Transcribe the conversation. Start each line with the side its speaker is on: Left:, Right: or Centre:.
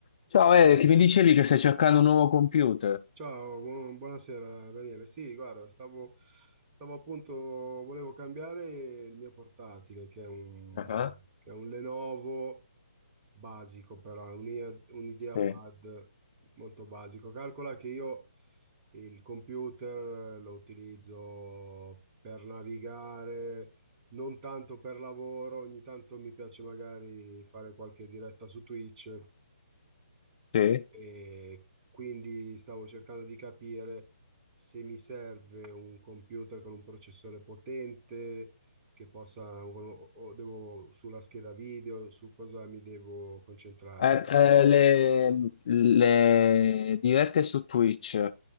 Left: Ciao Eric, mi dicevi che stai cercando un nuovo computer?
Right: Ciao, bu- buonasera Daniele. Sì, guarda, stavo, stavo appunto, volevo cambiare il mio portatile, che è un,
Left: Ah,
Right: che è un Lenovo basico, però è un, Ia- un IdeaPad
Left: Sì,
Right: molto basico. Calcola che io il computer lo utilizzo per navigare, non tanto per lavoro, ogni tanto mi piace magari fare qualche diretta su Twitch.
Left: sì.
Right: E quindi stavo cercando di capire se mi serve un computer con un processore potente, che possa, o, o devo sulla scheda video, su cosa mi devo concentrare.
Left: Eh, eh, le, le dirette su Twitch,